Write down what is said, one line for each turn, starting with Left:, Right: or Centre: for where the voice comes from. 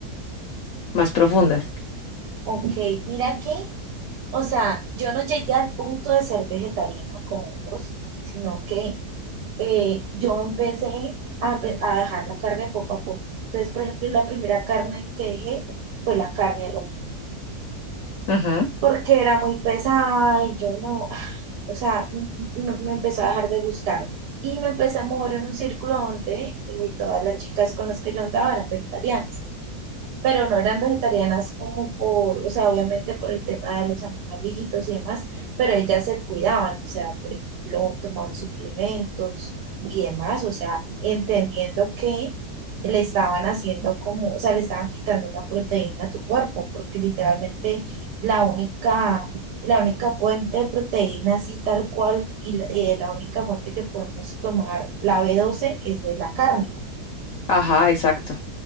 Left: más profundas.
Right: Ok, mira que O sea, yo no llegué al punto de ser vegetariana con hongos, sino que eh, yo empecé a, empe- a dejar la carne poco a poco. Entonces, por ejemplo, la primera carne que dejé fue la carne roja,
Left: Ujú.
Right: porque era muy pesada y yo no, <sighs> o sea, m- m- me, empezó a dejar de gustar. Y me empecé a mover en un círculo donde eh, todas las chicas con las que yo andaba eran vegetarianas pero no eran vegetarianas como por, o sea, obviamente por el tema de los animalitos y demás, pero ellas se cuidaban, o sea, por ejemplo, tomaban suplementos y demás, o sea, entendiendo que le estaban haciendo como, o sea, le estaban quitando una proteína a tu cuerpo, porque literalmente la única, la única fuente de proteína así tal cual y la, eh, la única fuente que podemos tomar la B12 es de la carne.
Left: Ajá, exacto.